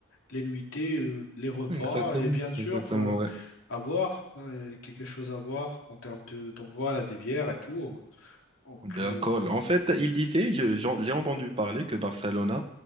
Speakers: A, on the left; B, on the right.
A: les nuitées, euh, les repas
B: Exactement,
A: et bien sûr
B: exactement,
A: euh,
B: ouais.
A: à boire euh, quelque chose à boire en termes de donc voilà des bières et tout. Donc
B: De
A: euh,
B: l'alcool. En fait, il disait, je- j'en- j'ai entendu parler que Barcelona,